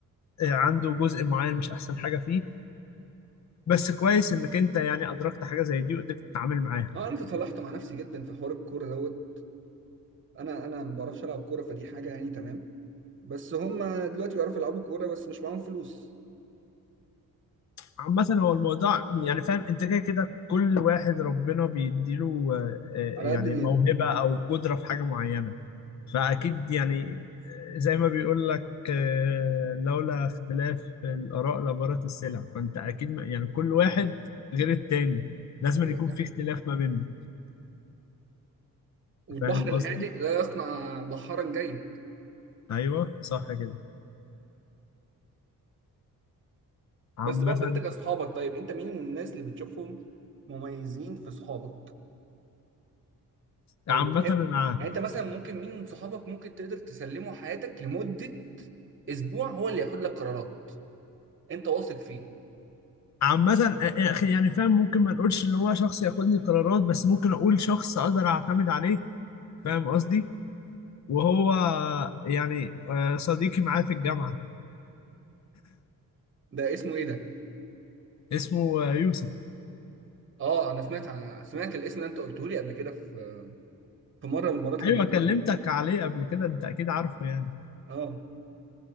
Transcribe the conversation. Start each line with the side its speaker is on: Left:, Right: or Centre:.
Left: آه، عنده جزء معين مش احسن حاجه فيه بس كويس انك انت يعني ادركت حاجه زي دي وقدرت تتعامل معاها
Right: اه انا تصالحت مع نفسي جدا في حوار الكوره دوت انا انا ما بعرفش العب كوره فدي حاجه يعني تمام بس هم دلوقتي بيعرفوا يلعبوا كورة بس مش معاهم فلوس
Left: عامه هو الموضوع يعني فاهم انت كده كده كل واحد ربنا بيديله آه، آه، يعني
Right: على قد نيته
Left: موهبه او قدره في حاجه معينه فأكيد يعني آه، زي ما بيقول لك آه، لولا اختلاف الآراء لبارت السلع فأنت أكيد ما- يعني كل واحد غير التاني لازم
Right: ايوه
Left: أن يكون
Right: دي
Left: في
Right: حقيقة
Left: اختلاف ما بيننا
Right: والبحر
Left: فاهم
Right: الهادئ
Left: قصدي؟
Right: لا يصنع بحرا جيد
Left: أيوه صح كده عامة
Right: بس برضه انت كاصحابك طيب انت مين الناس اللي بتشوفهم مميزين في صحابك
Left: عامة
Right: او بتحب
Left: أنا عا-
Right: يعني انت مثلا ممكن مين من صحابك ممكن تقدر تسلمه حياتك لمدة اسبوع هو اللي ياخد لك قرارات انت واثق فيه
Left: عامة آه، يا أخي يعني فاهم ممكن ما نقولش اللي هو شخص ياخد لي قرارات بس ممكن أقول شخص أقدر أعتمد عليه فاهم قصدي؟ وهو يعني آه، صديقي معاه في الجامعة
Right: ده اسمه ايه ده
Left: اسمه آه، يوسف
Right: اه انا سمعت عن... سمعت الاسم ده انت قلته لي قبل كده في في مره من المرات لما
Left: ايوه
Right: اتقابلنا
Left: كلمتك عليه قبل كده انت اكيد عارفه يعني
Right: اه